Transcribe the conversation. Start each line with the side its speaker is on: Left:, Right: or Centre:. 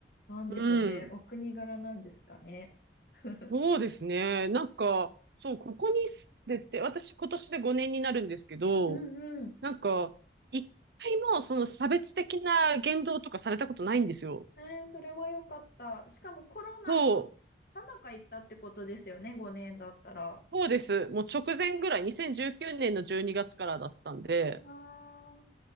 Left: なんでしょうね。
Right: うん。うん。
Left: お国柄なんですかね。<laughs>
Right: そうですね。なんか、そう、ここに住んでて、私今年で5年になるんですけど、
Left: うんうん。
Right: なんか、一回もその差別的な言動とかされたことないんですよ。
Left: えーそれは良かった。しかもコロナの最中行ったってことですよね、
Right: そ
Left: 5年だったら。
Right: う、そうです。もう直前ぐらい、2019年の12月からだったんで、
Left: わー